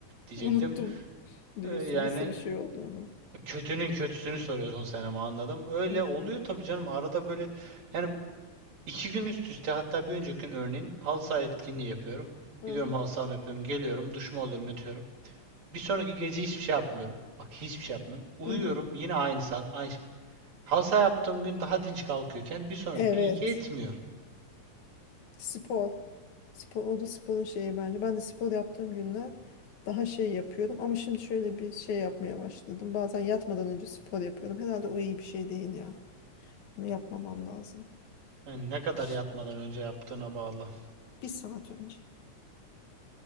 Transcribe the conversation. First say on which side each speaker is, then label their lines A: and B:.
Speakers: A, on the right; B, on the left.
A: diyecektim.
B: unuttum diyorsun
A: E, yani
B: nasıl bir şey olduğunu
A: kötünün kötüsünü soruyorsun sen ama anladım. Öyle
B: Hı,
A: oluyor tabii canım. Arada böyle yani İki gün üst üste hatta bir önceki gün örneğin halı saha etkinliği yapıyorum.
B: hı,
A: Gidiyorum
B: hı,
A: halı sahama yapıyorum. Geliyorum duşumu alıyorum yatıyorum. Bir sonraki gece hiçbir şey yapmıyorum. Bak hiçbir şey yapmıyorum. Uyuyorum
B: hı, hı.
A: yine aynı saat aynı şey. Halı saha yaptığım gün daha dinç kalkıyorken bir sonraki
B: evet
A: gün yetmiyor.
B: Spor. Spor, o da sporun şeyi bence. Ben de spor yaptığım günler daha şey yapıyorum. Ama şimdi şöyle bir şey yapmaya başladım. Bazen yatmadan önce spor yapıyorum. Herhalde o iyi bir şey değil ya. Bunu yapmamam lazım.
A: Yani ne kadar
B: Şşt,
A: yatmadan önce yaptığına bağlı.
B: bir saat önce.